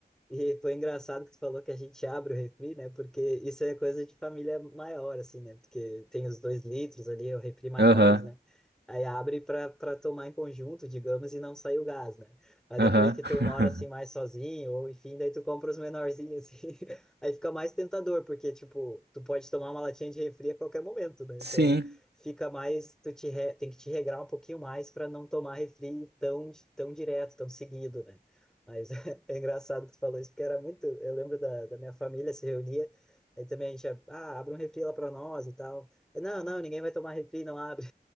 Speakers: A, in the centre; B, on the right.
A: E foi engraçado que tu falou que a gente abre o refri, né? Porque isso é coisa de família maior, assim, né? Porque tem os dois litros ali, é o refri maiores,
B: Aham,
A: né? Aí abre para para tomar em conjunto, digamos, e não sai o gás, né? Mas
B: aham.
A: depois que
B: <laughs>
A: tu mora assim mais sozinho, ou enfim, daí tu compra os menorzinhos, assim. <laughs> Aí fica mais tentador, porque, tipo, tu pode tomar uma latinha de refri a qualquer momento, né?
B: Sim.
A: Então fica mais, tu te re- tem que te regrar um pouquinho mais para não tomar refri tão, di- tão direto, tão seguido, né? Mas <laughs> é engraçado que tu falou isso, porque era muito. Eu lembro da, da minha família se reunia, aí também a gente, ah, abre um refri lá para nós e tal. Não, não, ninguém vai tomar refri, não abre.